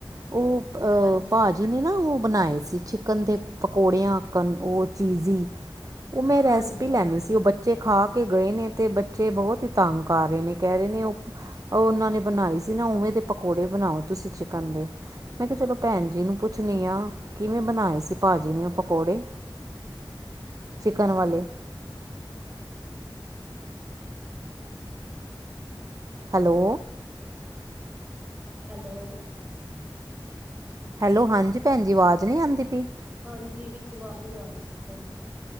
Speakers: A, on the right (about 40°); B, on the right (about 20°).
A: ਉਹ ਅਹ
B: ਹਾਂਜੀ
A: ਭਾ ਜੀ ਨੇ ਨਾ ਉਹ ਬਣਾਏ ਸੀ ਚਿਕਨ ਦੇ ਪਕੌੜਿਆਂਕਣ ਉਹ ਚੀਜ਼ ਉਹ ਮੈਂ ਰੈਸਿਪੀ
B: ਹਾਂਜੀ
A: ਲੈਣੀ
B: ਹਾਂਜੀ
A: ਸੀ ਉਹ ਬੱਚੇ ਖਾ ਕੇ ਕੇ ਗਏ ਨੇ ਤੇ ਬੱਚੇ ਬਹੁਤ ਹੀ ਤੰਗ ਕਰ ਰਹੇ ਨੇ ਕਹਿ ਰਹੇ ਨੇ ਉਹ ਉਹਨਾਂ ਨੇ ਬਣਾਈ ਸੀ ਨਾ ਉਵੇਂ ਦੇ ਪਕੌੜੇ ਬਣਾਓ ਤੁਸੀਂ ਚਿਕਨ ਦੇ ਮੈਂ ਕਿਹਾ ਚਲੋ ਭੈਣ ਜੀ ਨੂੰ ਪੁੱਛਣੀ ਆ ਕਿਵੇਂ ਬਣਾਏ ਸੀ ਭਾਜੀ ਨੇ ਉਹ ਪਕੌੜੇ
B: ਹ <inaudible>
A: ਚਿਕਨ ਵਾਲੇ ਹੈਲੋ
B: ਹੈਲੋ
A: ਹੈਲੋ ਹਾਂਜੀ ਭੈਣਜੀ ਆਵਾਜ਼ ਨਹੀਂ ਆਉਂਦੀ ਪਈ
B: ਹਾਂਜੀ। ਵਿੱਚ ਵਾਜ਼ ਨੀ ਆ ਰਹੀ ਸੀ। ਭੈ